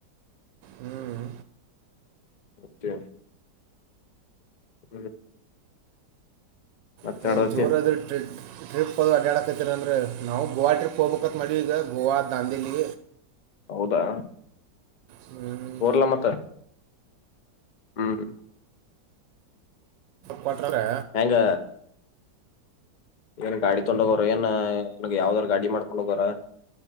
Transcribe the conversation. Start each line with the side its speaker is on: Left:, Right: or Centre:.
Right: ಹ್ಮ್
Left: ಅತ್ಯೆ ಹ್ಮ್ ಮತ್ತ್
Right: ನ
Left: ನಡದತಿ
Right: ಜೋರಾದ್ರ ಟ್ರೆಡ್ ಟ್ರಿಪ್ ಹೋದು ಅಡ್ಡಕತ್ತೀರ ಅಂದರೆ ನಾವು ಗೋವಾ ಟ್ರಿಪ್ ಹೋಗ್ಬೇಕತ್ ಮಾಡವಿ ಈಗ ಗೋವಾ ದಾಂದಿಲ್ಲಿ
Left: ಹೌದಾ
Right: ಹ್ಮ್,
Left: ರ್ಲ ಮತ್ತ ಹ್ಮ್
Right: ಪಟಾರೆ
Left: ಹೆಂಗ ಏನ್ ಗಾಡಿ ತೊಡ ಹೋಗೋರ ಏನ್ಗ್ ಯಾವ್ದಾರ ಗಾಡಿ ಮಾಡ್ಕೊಂಡ ಹೋಗರ